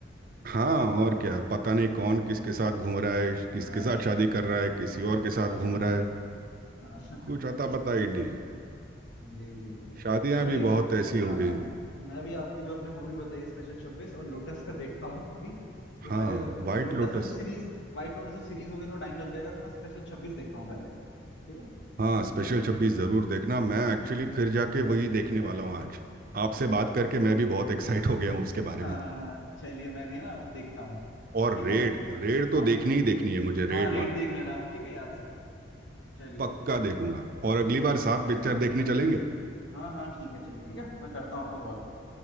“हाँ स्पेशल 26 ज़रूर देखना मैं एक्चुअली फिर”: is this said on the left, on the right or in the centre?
Right